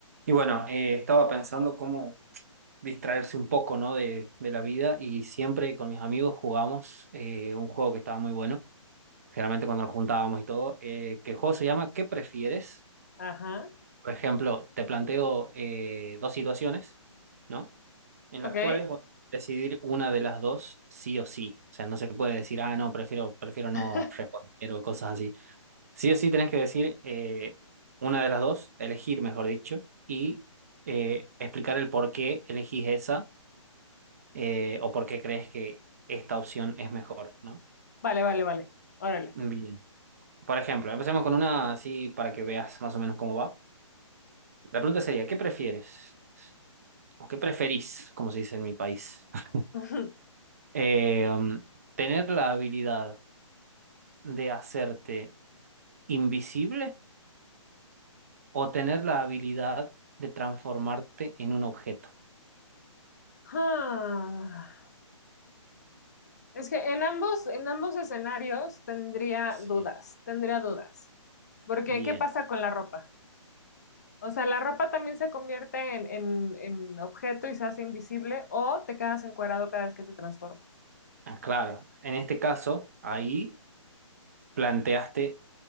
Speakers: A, on the right; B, on the left.
A: Y bueno, eh, estaba pensando cómo distraerse un poco, ¿no? de, de la vida y siempre con mis amigos jugamos eh, un juego que estaba muy bueno, generalmente cuando nos juntábamos y todo, eh, que el juego se llama ¿Qué prefieres?
B: Ajá.
A: Por ejemplo, te planteo eh, dos situaciones, ¿no? En
B: Ok.
A: las cuales vas a decidir una de las dos sí o sí. O sea, no se puede decir, ah, no, prefiero, prefiero no
B: <laughs>
A: responder o cosas así. Sí o sí tenés que decir eh, una de las dos, elegir, mejor dicho, y eh, explicar el por qué elegís esa eh, o por qué crees que esta opción es mejor, ¿no?
B: Vale, vale, vale. Órale.
A: Bien. Por ejemplo, empecemos con una así para que veas más o menos cómo va. La pregunta sería, ¿qué prefieres? ¿O qué preferís, como se dice en mi país? <laughs>
B: <laughs>
A: Eh, um, ¿tener la habilidad de hacerte invisible o tener la habilidad de transformarte en un objeto?
B: Ah, Es que en ambos, en ambos escenarios tendría
A: Sí.
B: dudas, tendría dudas. Porque,
A: Bien.
B: ¿qué pasa con la ropa? O sea, la ropa también se convierte en, en, en objeto y se hace invisible, o te quedas encuadrado cada vez que te transformas.
A: Ah, claro, en este caso, ahí planteaste